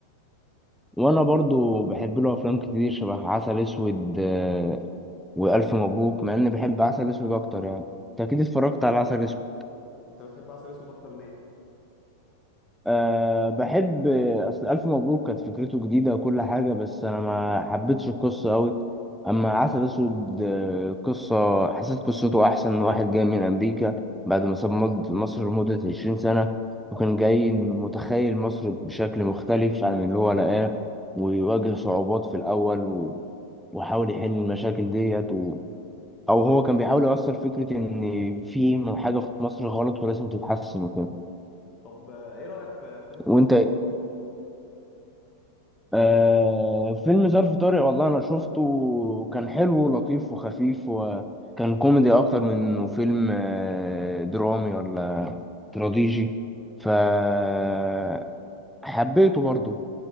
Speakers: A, in the centre; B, on the left.
A: وانا برضو بحب له افلام كتير شبه عسل اسود آه، والف مبروك مع اني بحب عسل اسود اكتر يعني انت اكيد اتفرجت على عسل اسود
B: انت بتحب عسل اسود اكتر ليه
A: أه بحب اصل الف مبروك كانت فكرته جديده وكل حاجه بس انا ما حبيتش القصه قوي اما عسل اسود آه، قصه حسيت قصته احسن من واحد جاي من امريكا بعد ما ساب مج- مصر لمده 20 سنه وكان جاي متخيل مصر بشكل مختلف عن اللي هو لقاه ويواجه صعوبات في الاول و- وحاول يحل المشاكل ديت و... او هو كان بيحاول يوصل فكره ان في حاجه في مصر غلط ولازم تتحسن وكده
B: طب آه، ايه رايك في فيلم
A: وانت
B: ظرف طارق
A: آه فيلم ظرف طارق والله انا شفته وكان حلو ولطيف وخفيف وكان كوميدي اكتر من انه فيلم آه درامي ولا تراجيدي فحبيته برضو